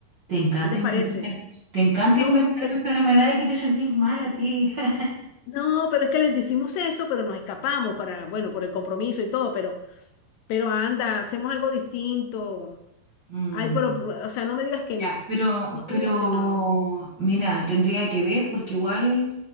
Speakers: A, on the right; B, on the left.
A: Te encanta
B: ¿Qué te
A: inventar,
B: parece?
A: te encanta
B: No,
A: inventar
B: pero...
A: enfermedades que te sentís mal a ti. <laughs>
B: No, pero es que les decimos eso, pero nos escapamos para, bueno, por el compromiso y todo, pero, pero anda, hacemos algo distinto.
A: Mm.
B: Ay, pero, o sea, no me digas que
A: Ya,
B: no,
A: pero,
B: no
A: pero,
B: me digas que no.
A: mira, tendría que ver porque igual